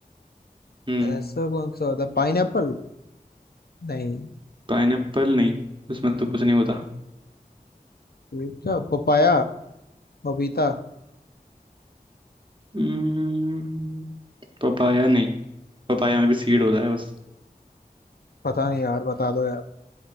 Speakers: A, on the right; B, on the left.
A: हम्म
B: ऐसा कौन सा होता है पाइन एप्पल नहीं
A: पाइनएप्पल नहीं उसमें तो कुछ नहीं होता
B: ये क्या पपाया पपीता
A: हम्म पपाया नहीं पपाया में भी सीड होता है बस
B: पता नहीं यार बता दो यार